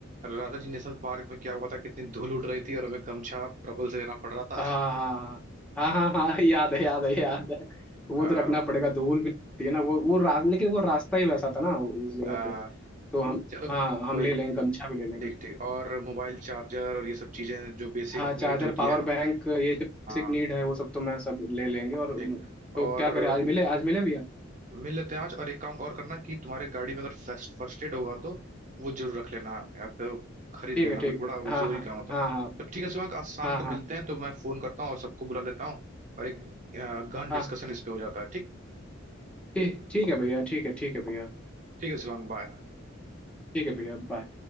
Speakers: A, on the right; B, in the centre.
A: राजा जी नेशनल पार्क में क्या हुआ था कितनी धूल उड़ रही थी और हमें गमछा प्रबल से लेना पड़ रहा था
B: हाँ हाँ हाँ हाँ हाँ, हाँ, याद है याद है याद है वो
A: <laughs> आ,
B: तो रखना पड़ेगा धूल भी थी ना वो वो रा, लेकिन वो रास्ता ही वैसा था ना उस जगह
A: आ,
B: पे तो हम
A: चलो
B: हाँ
A: को- कोई
B: हम ले लेंगे गमछा भी ले
A: ठीक
B: लेंगे
A: ठीक और मोबाइल चार्जर और ये सब चीजें जो बेसिक
B: हाँ चार्जर
A: नीड होती
B: पावर
A: है
B: बैंक ये जो बेसिक
A: हाँ
B: नीड है वो सब तो मैं सब ले लेंगे और उम,
A: ठीक
B: तो
A: और
B: क्या करें आज मिले आज मिले भैया
A: मिल लेते हैं आज और एक काम और करना कि तुम्हारे गाड़ी में अगर फर्स्ट फर्स्ट एड होगा तो वो जरूर रख लेना या तो खरीद
B: ठीक
A: लेना
B: है ठीक
A: क्योंकि बड़ा
B: है
A: वो जरूरी
B: हाँ हाँ
A: काम होता
B: हाँ
A: है
B: हाँ
A: तो ठीक है शिवांग आज शाम
B: हाँ
A: को
B: हाँ
A: मिलते हैं तो मैं फोन करता हूँ और सबको बुला लेता हूँ और एक गहन डिस्कशन
B: हाँ
A: इस पे हो जाता है ठीक
B: ठीक ठीक है भैया ठीक है ठीक है भैया
A: ठीक है शिवांग बाय
B: ठीक है भैया बाय